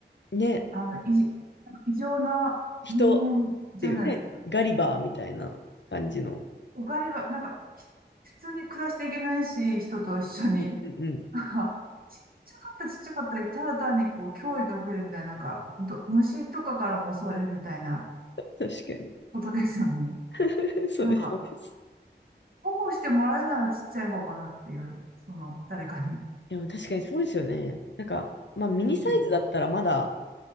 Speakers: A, on the left; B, on the right.
A: に。ね、
B: あの、いじ、異常な人間じゃないですか。
A: 人っていうね、ガリバーみたいな感じの。
B: おかりば、なんか、ひ普通に暮らしていけないし、人と一緒に。
A: うんうんうん
B: <laughs> なんか、ちっちゃかったちっちゃかったで、ただ単にこう、脅威が増えるみたいな、なんか、ど、虫とかからも襲われるみたいな
A: 確かに。
B: ことですよね。
A: <laughs> そうです、
B: <laughs> なんか、
A: そうです。
B: 保護してもらえるならちっちゃい方かなっていう、その、誰かに。
A: いや、確かにそうですよね。なんか、まあ、ミニサイズだったらまだ
B: うん。